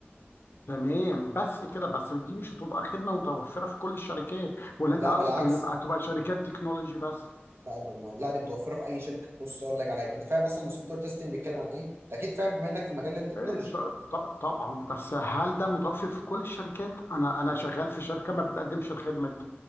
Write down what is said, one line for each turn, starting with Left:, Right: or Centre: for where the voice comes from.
Left: تمام بس كده بس دي مش هتبقى خدمة متوفرة في كل الشركات ولا أنت
Right: لا
Left: عاوز
Right: بالعكس
Left: يبقى تبقى شركات تكنولوجي بس
Right: لا دي ما- لا دي متوفره في اي شركه بص اقول لك على حاجه انت فاهم اصلا السوفت وير تيستنج بيتكلم عن ايه انت اكيد فاهم بما انك في مجال التكنولوجي
Left: آه، ط- ط- طبعا بس هل ده متوفر في كل الشركات؟ انا انا شغال في شركه ما بتقدمش الخدمه دي